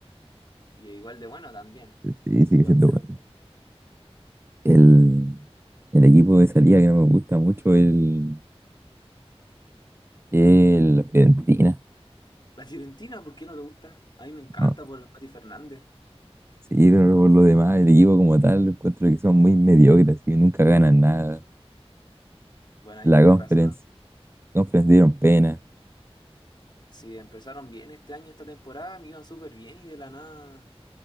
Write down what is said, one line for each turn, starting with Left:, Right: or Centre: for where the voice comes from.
Left: Y igual de bueno también.
Right: Sí,
Left: Sí,
Right: sigue
Left: súper
Right: siendo
Left: bueno.
Right: bueno. El, el equipo de salida que no me gusta mucho es el, el- la Fiorentina.
Left: La Fiorentina, ¿por qué no te gusta? A mí me encanta
Right: ¿no?
Left: por Mati Fernández.
Right: Sí, pero por lo demás, el equipo como tal, encuentro que son muy mediocres y nunca ganan nada.
Left: Bueno, ahí
Right: La
Left: tenéis
Right: Conference,
Left: razón.
Right: Conference dieron pena.
Left: Sí, empezaron bien este año, esta temporada, me iban súper bien y de la nada,